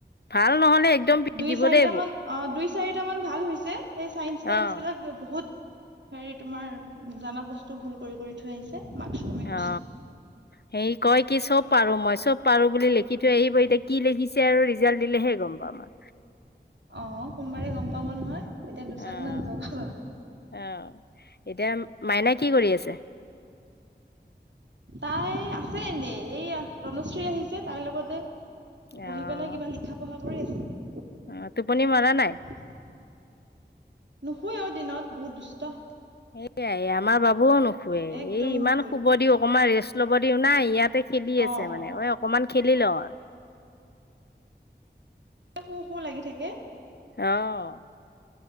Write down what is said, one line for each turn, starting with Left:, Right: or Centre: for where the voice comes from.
Left: ভাল নহলে। একদম পিট
Right: দুই
Left: দিব
Right: চাৰিটা
Left: দেই বৌ
Right: মান অ দুই চাৰিটা মান ভাল হৈছে সেই চাইন্স তাইন্ঞ্চ
Left: অ',
Right: বিলাক বহুত হেৰি তোমাৰ জানা বস্তু ভুল কৰি কৰি থৈ আহিছে। মাৰ্কচ কমি গৈছে
Left: অ সেই কয় কি চব পাৰো মই চব পাৰো বুলি লিখি সিটো আহিব এতিয়া কি লিখিছে আৰু ৰিজাল্ট দিলেহে গম পাম আমাৰ।
Right: অ সোমবাৰে গম পাব নহয়। তেতিয়া দুচাটমান
Left: অহ
Right: বগাবা
Left: অহ এতিয়া মাইনা কি কৰি আছে।
Right: তাই আছে এনে এই তনুশ্ৰী আহিছে তাইৰ লগতে
Left: অ',
Right: বহি পেলাই কিবা লিখা পঢ়া কৰি আছে। নুশুৱে
Left: অ', টোপনি মৰা নাই?
Right: অ দিনত বহুত দুষ্ট।
Left: এইয়াই আমাৰ বাবুও নুশুৱে
Right: একদম
Left: এই ইমান
Right: নুশুৱে
Left: শুব দিও অকণমান ৰেষ্ট ল'ব দিও নাই ইয়াত খেলি আছে
Right: অ
Left: মানে অকমান খেলি লও
Right: শুও শুও লাগি থাকে।
Left: অহ।